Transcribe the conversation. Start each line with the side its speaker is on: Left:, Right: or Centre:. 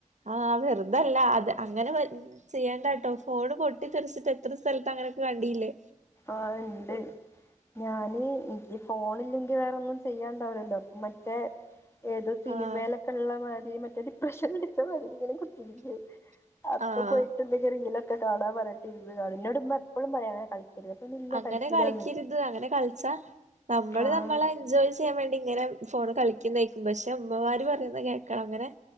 Right: ആ വെറുതല്ല അത് അങ്ങനെ വര ചെയ്യാണ്ടാട്ടോ ഫോണ് പൊട്ടിത്തെറിച്ചിട്ട് എത്ര സ്ഥലത്ത് അങ്ങനെയൊക്കെ കണ്ടിയില്ലേ
Left: ആ ഇണ്ട് ഞാനീ എനിക്ക് ഫോണില്ലെങ്കി വേറെയൊന്നും ചെയ്യാണ്ടാവില്ലല്ലോ അപ്പൊ മറ്റേ ഏതോ സിനിമയിലൊക്കെയൊള്ള
Right: ആഹ്
Left: മാതിരി മറ്റേ ഡിപ്രഷനടിച്ച മാതിരി ഇങ്ങനെ കുത്തിരിക്കു അപ്പൊ
Right: ആഹ്
Left: പോയിട്ട് എന്തെങ്കിലും റീലൊക്കെ കാണാൻ പറഞ്ഞിട്ട് ഇരുന്നുകാണും എന്നൊടുമ്മാ എപ്പോഴും പറയാനെ കളിക്കരുത് അപ്പൊ ഇല്ല
Right: അങ്ങനെ
Left: കളിക്കൂലാന്ന്
Right: കളിക്കരുത് അങ്ങനെ കളിച്ചാ നമ്മള്
Left: ആ
Right: നമ്മളെ ജോലി ചെയ്യാൻവേണ്ടി ഇങ്ങനെ ഫോൺ കളിക്കുന്നായിക്കും പക്ഷെ അമ്മമാരുപറയുന്ന കേക്കണം അങ്ങനെ